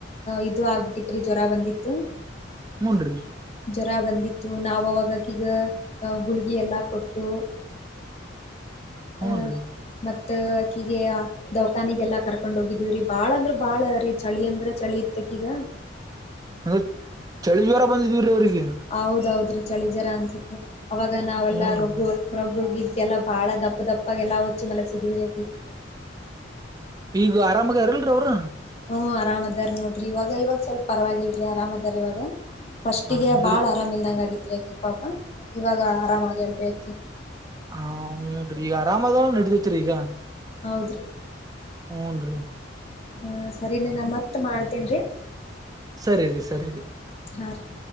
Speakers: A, on the left; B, on the right.
A: ಇದು ಆಗ್ಬಟ್ಟಿ ರಿ ಜ್ವರ ಬಂದಿತ್ತು
B: ಹೂನ್ರಿ
A: ಜ್ವರ ಬಂದಿತ್ತು ನಾವ ಅವಾಗಕ್ಕ ಈಗ ಗುಳಗಿ ಎಲ್ಲಾ ಕೊಟ್ಟು
B: ಹೂನ್ರಿ
A: ಅಹ ಮತ್ತಕೀಗೆ ದೌಖಾನಿಗೆಲ್ಲ ಕರ್ ಕಕೊಂಡ್ೋಗಿದೀವಿ್ರೀ ಬಾಳ ಅಂದ್ರ ಬಾಳ ರೀ ಚಳಿ ಅಂದ್ರ ಚಳಿ ಇತ್ತಕೀಗ
B: ಅ ಚಳಿ ಜ್ವರ ಬಂದಿದೀವ ರೀ ಅವರಿಗೆ
A: ಹೌದೌದ್ರೀ ಚಳಿ ಜರ ಅನ್ಸತ್ೆ ಅವಾಗ ನಾವೆಲ್ಲ
B: ಹೂನ್ರಿ
A: ರಗು ಪ್ರೊಬಗಗೆಲ್ಲಾ ಬಾಳ ದಪ್ಪ ದಪ್ಪಾಗಲ್ಲ ಹಚ್ಚಿ ಮಲಗ್ ಸಿದ್ಿ ರಿ
B: ಈಗ ಆರಾಮಾಗ ಇರಲ್ರಿೀ ಅವರು
A: ಹ್ಮ್ ಅ ಆರಾಮ ಅದಾರ ನೋಡ್ರಿ ಇವಾಗ ಇವಾಗ ಸ್ವಲ್ಪ ಪರವಾಗಿಲ್ರರಿ ಆರಾಮ ಅದಾರ ಇವಾಗ ಫಸ್ಟಿಗೆ
B: ಅಂದ್ರ
A: ಬಾಳ್ ಆರಾಮ ಇಲ್ದಂಗ ಆಗಿತ್ರಿ ಅಕಿ ಪಾಪ ಇವಾಗ ಆರಾಮಾಗಿ ಹೇಳೇಲ್್ರಿ ಅಕಿ
B: ಹನ್್ರಿ ಈಗ ಆರಾಮದಲ್ಲ ನಡದೈತ್ರಿ ಈಗ
A: ಹೌದ್ರೀ
B: ಹ್ನ್ ರೀ
A: ಹಾ ಸರಿ ನೀ ನಾ ಮತ್ ಮಾಡ್ತೇನ್ೀ
B: ಸರಿಿ ಸರಿರಿ
A: ಹಾ ರ